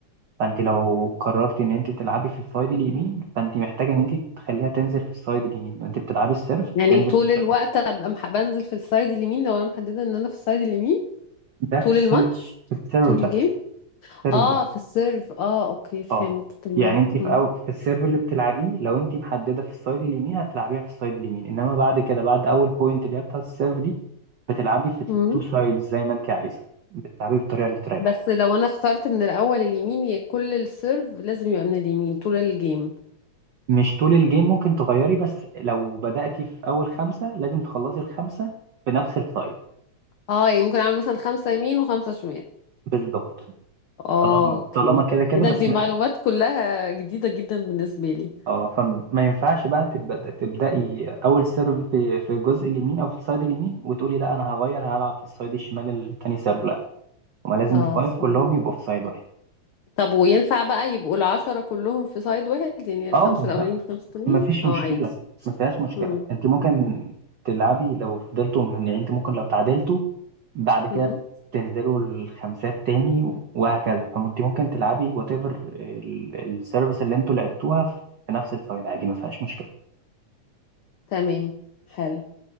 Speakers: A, on the right; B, on the left.
A: فانت لو قررت ان انت تلعبي في السايد اليمين فانت محتاجه ان انت تخليها تنزل في السايد اليمين انت بتلعبي السيرف
B: يعني
A: تنزل
B: طول
A: في السايد
B: الوقت ابقى مح... بنزل في السايد اليمين لو انا محددة ان انا في السايد اليمين
A: ده في
B: طول
A: السيرف
B: الماتش
A: في السيرف
B: طول
A: بس
B: الجيم
A: السيرف
B: اه
A: بس
B: في السيرف اه اوكي فهمت
A: اه
B: تمام
A: يعني انت في
B: مم.
A: أول في السيرف اللي بتلعبيه لو انت محدده في السايد اليمين هتلعبيها في السايد اليمين انما بعد كده بعد اول بوينت اللي هي بتاعت السيرف دي بتلعبي في
B: مم.
A: التو سايدز زي ما انت عايزه بتلعبي بالطريقه اللي تريحك
B: بس لو انا اخترت من الاول اليمين ي- كل السيرف لازم يبقى من اليمين طول الجيم
A: مش طول الجيم ممكن تغيري بس لو بدأتي في اول خمسه لازم تخلصي الخمسه في نفس السايد
B: اه يعني ممكن اعمل مثلا خمسة يمين وخمسة شمال
A: بالظبط
B: اه
A: طالما
B: اوكي
A: طالما كده كده
B: ايه ده
A: بس
B: دي
A: ما
B: معلومات كلها جديدة جدا بالنسبة لي
A: اه فما ينفعش بقى تبدأ تبدأي اول سيرف في في الجزء اليمين او في السايد اليمين وتقولي لا انا هغير هلعب في السايد الشمال التاني سيرف لا هما لازم
B: اه
A: الفايف
B: فهمت.
A: كلهم يبقوا في سايد واحد
B: طب وينفع بقى يبقوا العشرة كلهم في سايد واحد يعني الخمسة
A: اه
B: الأولانيين
A: لا
B: الخمسة التانيين
A: مفيش
B: اه
A: مشكلة
B: عادي
A: ما فيهاش مشكلة
B: مم.
A: انت ممكن تلعبي لو فضلتوا من يعني انت ممكن لو تعادلتوا بعد كده
B: مم.
A: تنزلوا الخمسات تاني وهكذا فانت ممكن تلعبي وات ايفر السيرفيس اللي انتوا لعبتوها في نفس السايد عادي ما فيهاش مشكلة
B: تمام حلو